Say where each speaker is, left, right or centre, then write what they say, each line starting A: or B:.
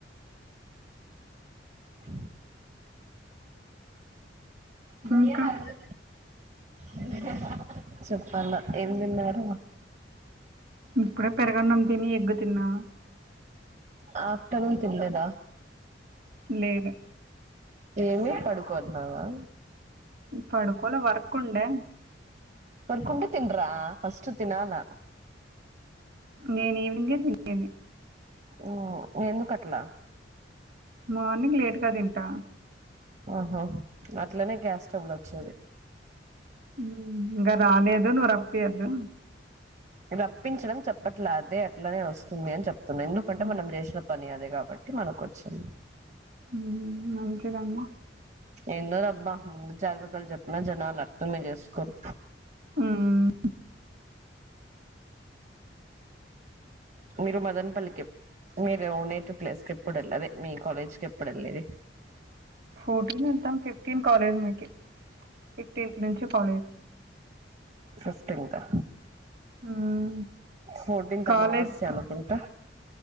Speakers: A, on the right (about 40°); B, on the right (about 60°).
A: అ దయ్యాలు
B: ఇంకా
A: అవి <unintelligible> చెప్పాల ఏం తిన్నారు
B: ఇప్పుడే పెరుగన్నం తిని ఎగ్గు తిన్నా
A: ఆఫ్టర్నూన్ తినలేద
B: లేదు
A: ఏమి పడుకోన్నావా
B: పడుకోలే వర్క్ ఉండే
A: పడుకుంటే తిన్రా ఫస్ట్ తినాల
B: నేను ఈవినింగే తినేది
A: ఓ ఎందు కట్లా
B: మార్నింగ్ లేట్గా తింటా
A: ఆహా అట్లనే గ్యాస్ ట్రబుల్ వచ్చేది
B: ఉమ్ ఇంగా రాలేదు నువ్వు రపీయొద్దు
A: రప్పించడం చెప్పట్లే అదే అట్లనే వస్తుంది అని జేప్తున్నా ఎందుకంటే
B: ఉమ్,
A: మనం జేసిన పని అదే గాబట్టి మనకు వచ్చింది
B: ఉమ్ మంచిదమ్మ
A: ఏందో రబ్బా ముందు జాగ్రత్తలు జెప్పిన జనాలు అర్థమే జేసుకోరు
B: ఉమ్
A: మీరు మదనపల్లికెప్పు మీరు నేటివ్ ప్లేస్ కెప్పుడు యెళ్ళేది అదే మీ కాలేజ్ కి ఎప్పుడు యెళ్ళేది
B: ఫోర్టీన్ వెళ్తాం ఫిఫ్టీన్ కాలేజ్ మీకి ఫిఫ్టీన్త్ నుంచి కాలేజ్
A: ఫిఫ్టీన్తా
B: ఉమ్,
A: ఫోటీన్త్
B: కాలేజ్
A: అమావాస్య అనుకుంటా